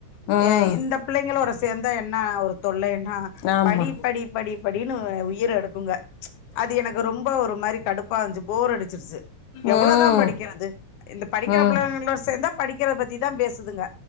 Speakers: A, on the left; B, on the left.
A: ம்
B: ஏ இந்த பிள்ளைங்களோட சேந்தா என்னா ஒரு தொல்லைன்னா
A: ஆமாம்
B: படி படி படி படின்னு உயிர் எடுக்குங்க அது எனக்கு ரொம்ப ஒரு மாரி கடுப்பா வந்துச்சு போர் அடிச்சிருச்சு எவ்ளோ
A: ம்
B: தா படிக்கிறது இந்த படிக்கிற
A: ம்
B: புள்ளைங்களோட சேந்தா படிக்கிறத பத்திதா பேசுதுங்க